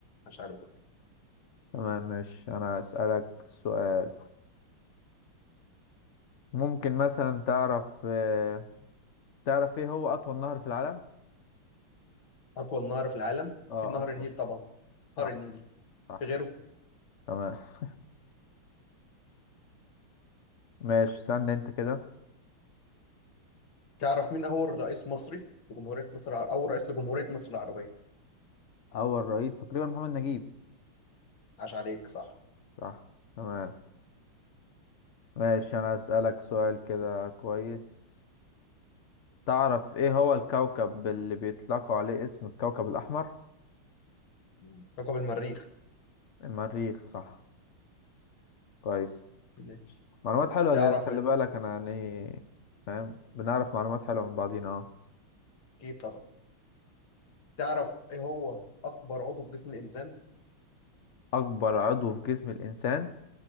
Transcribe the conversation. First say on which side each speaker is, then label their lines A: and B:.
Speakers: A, on the left; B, on the left.
A: عاش عليك
B: تمام ماشي انا اسالك سؤال ممكن مثلا تعرف آه، تعرف ايه هو اطول نهر في العالم
A: أطول نهر في العالم؟
B: اه
A: أكيد نهر
B: اطول
A: النيل طبعا
B: صح
A: نهر النيل
B: صح
A: في غيره
B: تمام <laughs> ماشي استنى انت كده
A: تعرف مين أول رئيس مصري لجمهورية مصر الع- أول رئيس لجمهورية مصر العربية؟
B: اول رئيس تقريبا محمد نجيب
A: عاش عليك صح
B: صح تمام ماشي انا اسالك سؤال كده كويس تعرف ايه هو الكوكب اللي بيطلقوا عليه اسم الكوكب الاحمر
A: مم. كوكب المريخ
B: المريخ صح كويس
A: ماشي
B: معلومات حلوة
A: تعرف
B: جدا خلي
A: إيه؟
B: بالك انا يعني فاهم بنعرف معلومات حلوة من بعضينا اه
A: أكيد طبعا تعرف إيه هو أكبر عضو في جسم الإنسان؟
B: أكبر عضو في جسم الإنسان